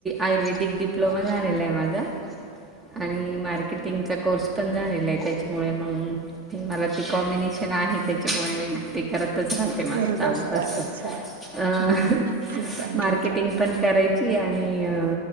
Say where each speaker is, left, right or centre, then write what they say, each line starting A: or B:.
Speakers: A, on the right (about 15°); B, on the right (about 60°).
A: आयुर्वेदिक डिप्लोमा झालेला आहे माझा. आणि मार्केटिंगचा कोर्स पण झालेला आहे त्याच्यामुळे मगं मला ते कॉम्बिनेशन आहे त्याच्यामुळे मी ते करतच राह के
B: करत
A: माझ चालुच
B: असता
A: असत
B: अच्छा
A: <unintelligible>
B: हम्म हम्म चांगलं
A: मार्केटिंग पण करायची आणि अ